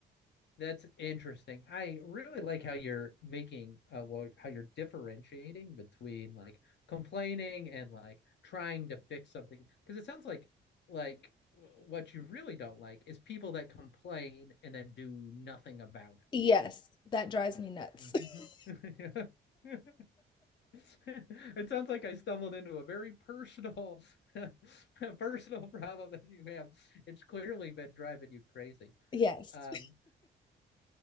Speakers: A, on the left; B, on the left.
A: That's interesting. I really like how you're making, uh, well, how you're differentiating between like complaining and like trying to fix something. Because it sounds like, like w- what you really don't like is people that complain and then do nothing about
B: Yes, that drives me nuts.
A: it.
B: <laughs>
A: Mhm. <laughs> It sounds like I stumbled into a very personal, <laughs> personal problem that you have. It's clearly been driving you crazy.
B: Yes.
A: Um,